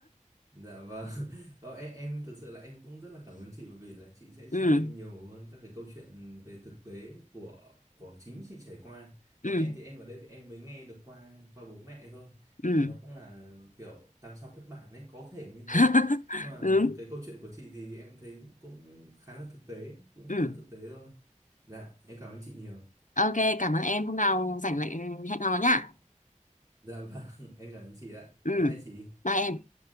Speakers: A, on the right (about 25°); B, on the left (about 80°).
A: Dạ vâng. <laughs> Ờ, em, em thực sự là em cũng rất là cảm ơn chị bởi vì là chị sẽ cho
B: ừ
A: em nhiều hơn các cái câu chuyện về thực tế của của chính chị trải qua. Còn
B: ừ
A: em thì em ở đây thì em mới nghe được qua qua bố mẹ thôi.
B: ừ
A: Thì nó cũng là kiểu tam sao thất bản ấy, có thể như thế.
B: <laughs>
A: Nhưng mà
B: ừ
A: cái câu chuyện của chị thì em thấy cũng khá là thực tế, cũng
B: ừ
A: khá là thực tế thôi. Dạ, em cảm ơn chị nhiều.
B: ok cảm ơn em hôm nào rảnh lại hẹn hò nhá
A: Dạ vâng, <laughs> em cảm ơn chị ạ.
B: ừ
A: Bye bye chị.
B: bye em